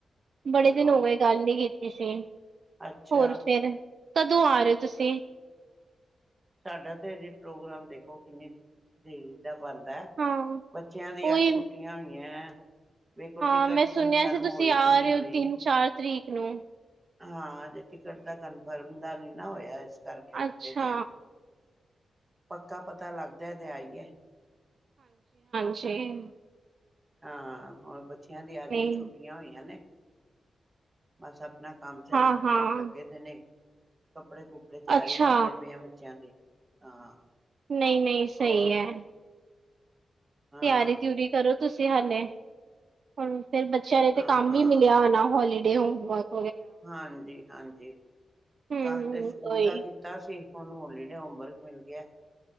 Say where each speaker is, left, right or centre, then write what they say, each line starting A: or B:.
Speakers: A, on the right; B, on the right.
A: ਬੜੇ
B: ਬੋਲੋ
A: ਦਿਨ ਹੋਵੇ ਗੱਲ ਨੀ ਸੀ
B: ਅੱਛਾ
A: ਹੋਰ ਫੇਰ ਕਦੋਂ ਆ ਰਹੇ ਤੁਸੀਂ?
B: ਸਾਡਾ ਤੇ ਅਜੇ ਪ੍ਰੋਗਰਾਮ ਦੇਖੋ ਕਿੰਨੀ ਦੇਰੀ ਦਾ ਬਣਦਾ
A: ਹਾਂ
B: ਬੱਚਿਆਂ ਦੀ
A: ਉਹੀ
B: ਅੱਜ ਛੁੱਟੀਆਂ ਹੋਈਆਂ। <unintelligible>
A: ਹਾਂ
B: ਟਿਕਟ
A: ਮੈਂ ਸੁਣਿਆ
B: ਕਨਫਰਮ
A: ਸੀ ਤੁਸੀਂ
B: ਹੋਈ
A: ਆ
B: ਨਹੀਂ
A: ਰਹੇ
B: ਹੋਈ
A: ਹੋ ਤਿੰਨ ਚਾਰ ਤਰੀਕ। ਹੂੰ
B: ਹਾਂ ਜੇ ਟਿਕਟ ਦਾ ਕਨਫਰਮ ਦਾ ਨੀ ਨਾ ਹੋਇਆ ਇਸ ਕਰਕੇ ਰੁਕੇ
A: ਅੱਛਾ
B: ਦੇ ਹਾਂ ਪੱਕਾ ਪਤਾ ਲੱਗਦਾ ਤੇ ਆਈਏ
A: <unintelligible> ਠੀ
B: ਹਾਂ ਹੋਰ ਬੱ ਬੱਚਿਆਂ ਦੀ
A: ਨਹੀਂ
B: ਅੱਜ ਹੀ ਛੁੱਟੀਆਂ ਹੋਈਆਂ ਨੇ ਮਸਾਂ ਆਪਣਾ ਕੰਮ ਸ਼ਮ
A: ਹਾਂ ਹਾਂ
B: ਲੱਗੇ ਦੇ ਨੇ ਕੱਪੜੇ ਕੁਪੜੇ ਤਿਆਰੀ
A: ਅੱਛਾ
B: ਕਰਦੇ ਪਏ ਆ ਬੱਚਿਆਂ ਦੀ ਹਾਂ
A: ਨਹੀਂ ਨਹੀਂ ਸਹੀ
B: ਹੋਰ
A: ਐ
B: ਹਾਂ
A: ਤਿਆਰੀ ਤਿਊਰੀ ਕਰੋ ਤੁਸੀਂ ਹਾਲੇ ਹੂੰ ਫੇਰ ਬੱਚਿਆਂ ਨੇ ਤੇ
B: ਹਾਂ
A: ਕੰਮ
B: ਹਾਂ
A: ਵੀ ਮਿਲਿਆ ਹੋਣਾ ਹੋਲੀ <unintelligible>
B: ਹਾਂਜੀ ਹਾਂਜੀ
A: ਹਮ
B: ਕੱਲ ਤੇ ਸਕੂਲ
A: ਉਹੀ
B: ਦਾ ਕੀਤਾ ਸੀ ਹੁਣ ਹੌਲੀਡੇ ਹੋਮਵਰਕ ਮਿਲ ਗਿਆ